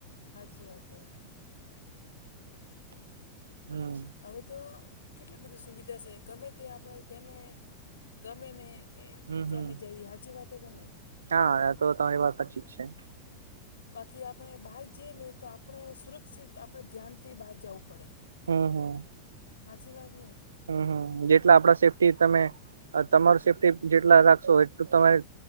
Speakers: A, on the left; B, on the right.
A: હાચી વાત હૈ.
B: હમ.
A: હવે તો કેટલી બધી સુવિધા છે ગમે તે આપણે જેને ગમેને. એ
B: હમ
A: જેમે
B: હમ
A: જઈએ સાચી વાત કે નહીં.
B: હા આ તો તમારી વાત સાચી જ છે.
A: બાકી આપણે બહાર જઈએ ને તો આપણે સુરક્ષિત આપણે ધ્યાન થી બહાર જવું પડે.
B: હમ હમ.
A: હાછી બાત ન
B: હમ હમ જેટલા આપડા સેફ્ટી તમે તમારુ સેફ્ટી જેટલા રાખશો એટલું તમારે